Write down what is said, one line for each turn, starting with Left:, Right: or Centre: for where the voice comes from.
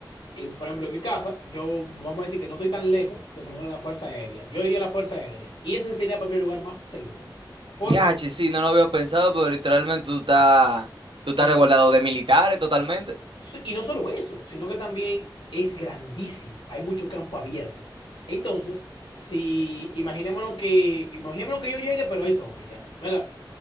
Left: Y, por ejemplo, en mi casa, yo vamos a decir que no estoy tan lejos de por lo menos la Fuerza Aérea. Yo iría a la Fuerza Aérea. Y ese sería para mí el lugar más seguro. Porque,
Right: Ya, che, sí, no lo había pensado, pero literalmente tú estás, tú
Left: yo
Right: estás resguardado
Left: lo digo.
Right: de militares totalmente.
Left: Sí, Y no solo eso, sino que también es grandísimo. Hay mucho campo abierto. Entonces, si imaginémonos que, imaginémonos que yo llegue, pero hay zombies ya, ¿verdad?